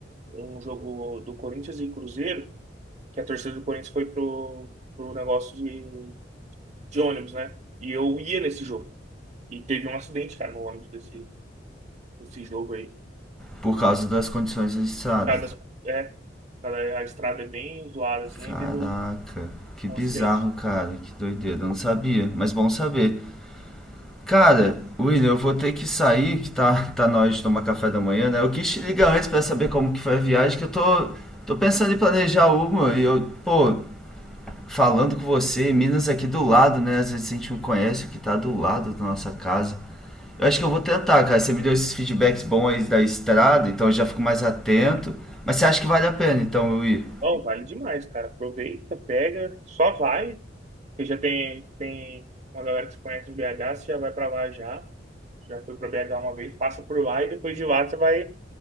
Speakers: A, on the right; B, in the centre.
A: um jogo do Corinthians e Cruzeiro, que a torcida do Corinthians foi pro, pro negócio de, de ônibus, né? E eu ia nesse jogo. E teve um acidente, cara, no ônibus desse, desse jogo aí.
B: por
A: Então,
B: causa das condições da estrada.
A: cada, é, cada, a estrada é bem zoada, assim,
B: Caraca,
A: aí teve um,
B: que bizarro,
A: um acidente.
B: cara, que doideira. Eu não sabia, mas bom saber. Cara, William, eu vou ter que sair, que tá, tá na hora de tomar café da manhã, né? Eu quis te ligar antes pra saber como que foi a viagem, que eu tô, tô pensando em planejar uma e eu, pô, falando com você, Minas aqui do lado, né? Às vezes a gente não conhece o que tá do lado da nossa casa. Eu acho que eu vou tentar, cara. Você me deu esses feedbacks bons aí da estrada, então eu já fico mais atento. Mas você acha que vale a pena, então, eu ir?
A: Não, vale demais, cara. Aproveita, pega, só vai. Você já tem, tem uma galera que se conhece em BH, você já vai pra lá já. Já foi pra BH uma vez, passa por lá e depois de lá você vai,